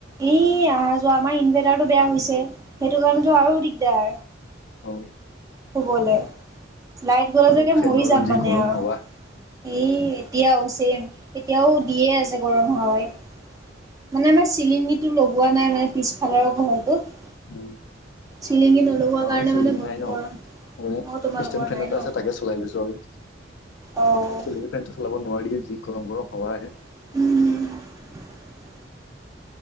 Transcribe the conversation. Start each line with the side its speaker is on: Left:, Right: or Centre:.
Right: এই অহা যোৱা আমাৰ ইনভাৰ্টাৰটো বেয়া হৈছে। সেইটো কাৰণেতো আৰু দিগদাৰ
Left: অ
Right: শুবলৈ। লাইট গ'লেতো
Left: আৰু
Right: এতিয়া
Left: ফেনৰো
Right: মৰি যাম
Left: যি
Right: মানে
Left: গৰম
Right: আৰু।
Left: হাৱা
Right: এ এতিয়া উচিম এতিয়াও দিয়ে আছে গৰম হয় হাৱায়ে। মানে আমাৰ চিলিঙীটো লগোৱা নাই মানে পিছফালৰ ঘৰটোত।
Left: উম। আমাৰও
Right: চিলিঙি নলগোৱাৰ কাৰণে
Left: চিলিঙি
Right: মানে বহুত
Left: নাই ন।
Right: গৰম
Left: সেইকাৰণে
Right: অ তোমালোকৰ
Left: ষ্টেণ্ট ফেন
Right: নাই
Left: এটা
Right: ন
Left: আছে তাকে চলাই লৈছো আৰু।
Right: অ
Left: চিলিঙি ফেনটো চলাব নোৱাৰিয়ে যি গৰম গৰম হাৱা আহে।
Right: উম।